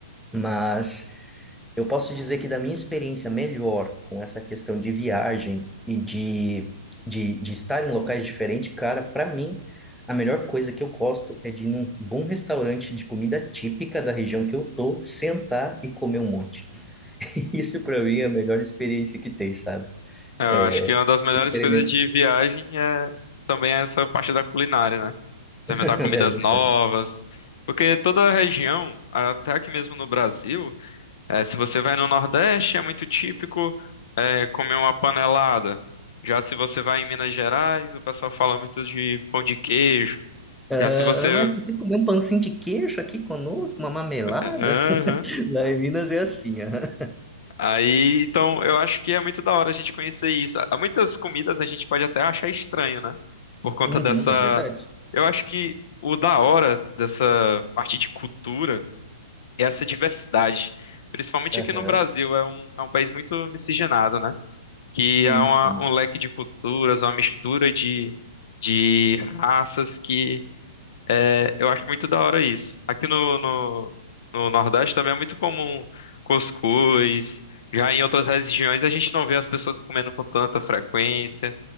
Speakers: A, in the centre; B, on the left (about 60°).
A: mas eu posso dizer que da minha experiência melhor com essa questão de viagem e de, de, de estar em locais diferentes, cara, para mim, a melhor coisa que eu gosto é de ir num bom restaurante de comida típica da região que eu tô, sentar e comer um monte. <laughs> Isso para mim é a melhor experiência que tem, sabe?
B: É, Eu
A: É,
B: acho que uma das melhores
A: experimento.
B: coisas de viagem é também essa parte da culinária, né? Experimentar
A: <laughs>
B: comidas
A: É verdade.
B: novas. Porque toda a região, até aqui mesmo no Brasil, É, se você vai no Nordeste, é muito típico é, comer uma panelada. Já se você vai em Minas Gerais, o pessoal fala muito de pão de queijo.
A: Ah,
B: Já se você.
A: mas você comeu um pãozinho de queijo aqui conosco, uma mamelada?
B: é,
A: <laughs>
B: Aham.
A: Lá em Minas é assim, aham.
B: Aí, então, eu acho que é muito da hora a gente conhecer isso. Há Muitas comidas a gente pode até achar estranho, né? Por conta
A: Uhum,
B: dessa.
A: é verdade.
B: Eu acho que o da hora dessa parte de cultura é essa diversidade. Principalmente
A: Aham.
B: aqui no Brasil, é um, é um país muito miscigenado, né? que
A: Sim,
B: há uma-
A: sim.
B: um leque de culturas, uma mistura de, de raças que é, eu acho muito da hora isso. Aqui no, no, no Nordeste também é muito comum cuscuz. Já em outras regiões a gente não vê as pessoas comendo com tanta frequência.